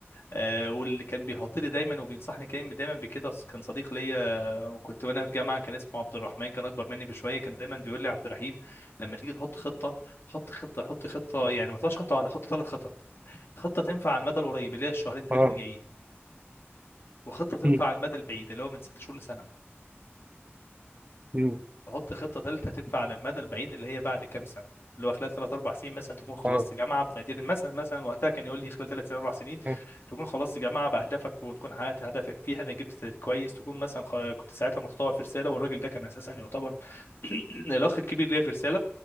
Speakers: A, on the left; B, on the right.
A: آه، واللي كان بيحط لي دايما وبينصحني كان دايما بكده ص- كان صديق ليا وكنت وانا في جامعه كان اسمه عبد الرحمن كان اكبر مني بشويه كان دايما بيقول لي عبد الرحيم لما تيجي تحط خطه حط خطه حط خطه يعني ما تحطش خطه واحده حط ثلاث خطط خطه تنفع على المدى القريب اللي هي الشهرين ثلاثه
B: اه
A: اللي جايين وخطه تنفع
B: مم.
A: على المدى البعيد اللي هو من ست شهور لسنه
B: مم.
A: حط خطة تالتة تنفع على المدى البعيد اللي هي بعد كام سنة اللي هو خلال ثلاث أربع سنين مثلا تكون خلصت
B: اه
A: جامعة بتقدير مثلا مثلا وقتها كان يقول لي خلال ثلاث سنين أربع سنين
B: آه. ان
A: تكون خلصت جامعة بأهدافك وتكون حققت هدفك فيها أنا جبت تقدير كويس تكون مثلا خ- كنت ساعتها متطوع في رسالة والراجل ده كان أساسا يعتبر <clears throat> الأخ الكبير ليا في رسالة